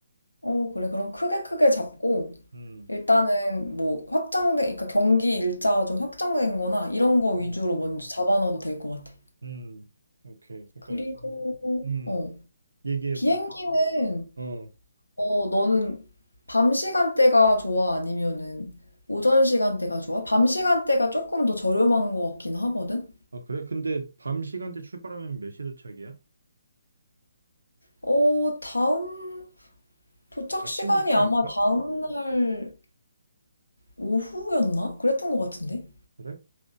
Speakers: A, on the left; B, on the right.
A: 어, 그래. 그럼 크게 크게 잡고,
B: 음,
A: 일단은 뭐 확정된, 그러니까 경기 일자가 좀 확정된 거나 이런 거 위주로
B: 음,
A: 먼저 잡아넣어도 될 것 같아.
B: 음, 오케이. 그러니까
A: 그리고,
B: 좀, 음,
A: 어.
B: 얘기해봐.
A: 비행기는
B: 어,
A: 어, 너는 밤 시간대가 좋아? 아니면은 오전 시간대가 좋아? 밤 시간대가 조금 더 저렴한 것 같긴 하거든?
B: 아 그래? 근데 밤 시간대 출발하면 몇 시 도착이야?
A: 어, 다음, 도착
B: 아침
A: 시간이
B: 도착인가?
A: 아마 다음날 오후였나? 그랬던 것 같은데?
B: 그래?